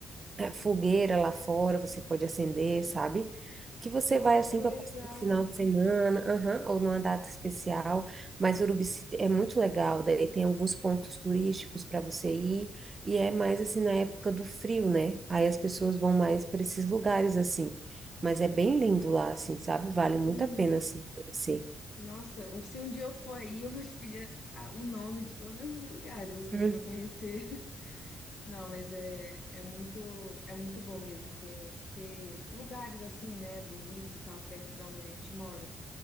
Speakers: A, on the right; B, on the left.
A: é, fogueira lá fora, você pode acender, sabe? Que você
B: Nossa,
A: vai assim
B: que
A: para
B: legal.
A: passar o final de semana, aham, ou numa data especial, mas Urubici é muito legal, daí tem alguns pontos turísticos para você ir, e é mais assim na época do frio, né? Aí as pessoas vão mais para esses lugares assim. Mas é bem lindo lá, assim, sabe? Vale muito
B: Uhum.
A: a pena, assim, conhecer.
B: Nossa, o- se um dia eu for aí, eu vou te pedir a- o nome de todos esses lugares, assim,
A: Uhum.
B: pra eu conhecer. <laughs> Não, mas é, é muito, é muito bom mesmo ter, um- ter lugares assim, né, bonitos e tal, perto da onde a gente mora.